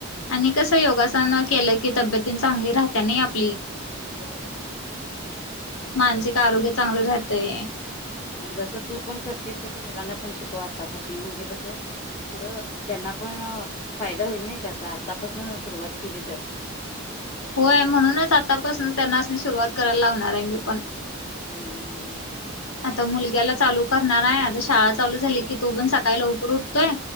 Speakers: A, on the left (about 80°); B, on the left (about 30°).
A: आणि कसं योगासनं केलं की तब्यतेन चांगली राहते नाई आप
B: होय-होय
A: मानसिक आरोग्य चांगले राहतंय.
B: आणि जसं तू पण करतीस, तसं मुलांना पण शिकव आतापासून म्हणजे कसं पुढं त्यांना पण फायदा होईल नाही त्याचा. आतापासून सुरुवात केली तर. <unintelligible>
A: होय म्हणूनच आतापासून त्यांना सुरुवात करायला लावणार आहे मी पण
B: हम्म हम्म
A: आता मुलग्याला चालू करणार आहे, आता शाळा चालू झाली की तो पण सकाळी लवकर उठतोय